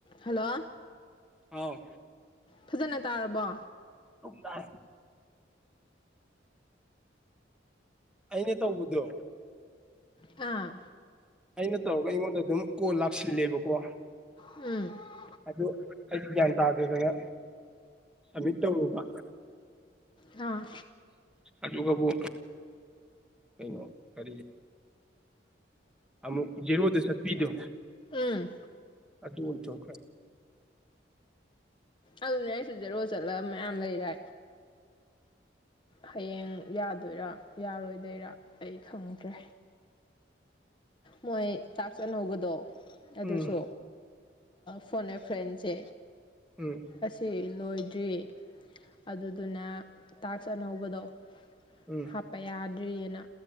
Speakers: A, on the left; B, in the centre.
A: hello
B: ꯑꯥꯎ
A: ꯐꯖꯅ ꯇꯥꯔꯕꯣ
B: ꯎꯄꯥꯏ ꯑꯩꯅ ꯇꯧꯕꯨꯗꯣ
A: ꯑꯥ
B: ꯑꯩꯅ ꯇꯧꯔꯒ ꯑꯩꯉꯣꯟꯗ ꯑꯗꯨꯝ ꯀꯣꯜ ꯂꯥꯛꯁꯤꯜꯂꯦꯕꯀꯣ
A: ꯎꯝ
B: ꯑꯗꯨ ꯑꯩ ꯒ꯭ꯌꯥꯟ ꯇꯥꯗꯦꯗꯅ ꯁꯃꯤꯠ ꯇꯧꯔꯨꯕ
A: ꯑ
B: ꯑꯗꯨꯒꯕꯨ ꯀꯩꯅꯣ ꯀꯔꯤ ꯑꯃꯨꯛ ꯖꯦꯔꯣꯗ ꯆꯠꯄꯤꯗꯣ
A: ꯎꯝ
B: ꯑꯗꯨꯊꯣꯛꯈ꯭ꯔꯦ
A: ꯑꯗꯨꯅꯦ ꯑꯩꯁꯨ ꯖꯦꯔꯣ ꯆꯠꯂꯒ ꯃꯌꯥꯝ ꯂꯩꯔꯦ ꯍꯌꯦꯡ ꯌꯥꯗꯣꯏꯔꯥ ꯌꯥꯔꯣꯏꯗꯣꯏꯔꯥ ꯑꯩ ꯈꯪꯗ꯭ꯔꯦ ꯃꯣꯏ ꯇꯥꯛꯆꯅꯧꯕꯗꯣ ꯑꯗꯨꯁꯨ
B: ꯎꯝ
A: ꯐꯣꯟ ꯑꯦ ꯐ꯭ꯔꯦꯟꯁꯦ
B: ꯎꯝ
A: ꯑꯁꯤꯁꯦ ꯂꯣꯏꯗ꯭ꯔꯤ ꯑꯗꯨꯗꯨꯅ ꯇꯥꯛꯁ ꯑꯅꯧꯕꯗꯣ
B: ꯎꯝ
A: ꯍꯥꯞꯄ ꯌꯥꯗ꯭ꯔꯤꯑꯅ